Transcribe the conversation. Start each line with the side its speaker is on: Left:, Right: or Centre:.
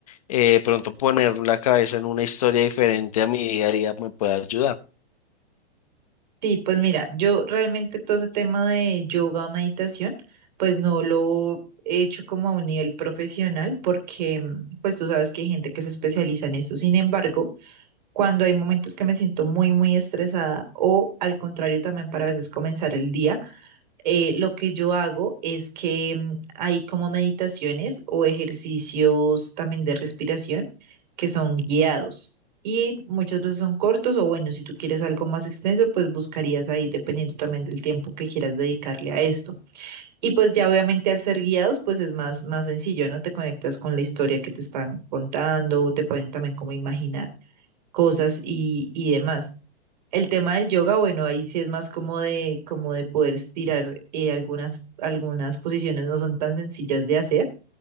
Left: Eh, pronto poner la cabeza en una historia diferente a mi día a día me puede ayudar.
Right: Sí, pues mira, yo realmente todo ese tema de yoga, meditación, pues no lo he hecho como a un nivel profesional porque mm, pues tú sabes que hay gente que se especializa en eso. Sin embargo, cuando hay momentos que me siento muy, muy estresada o al contrario también para a veces comenzar el día, eh, lo que yo hago es que mm, hay como meditaciones o ejercicios también de respiración que son guiados y muchas veces son cortos o bueno, si tú quieres algo más extenso, pues buscarías ahí dependiendo también del tiempo que quieras dedicarle a esto. Y pues ya obviamente al ser guiados, pues es más, más sencillo, ¿no? Te conectas con la historia que te están contando, te pueden también como imaginar cosas y, y demás. El tema del yoga, bueno, ahí sí es más como de, como de poder estirar eh, algunas, algunas posiciones no son tan sencillas de hacer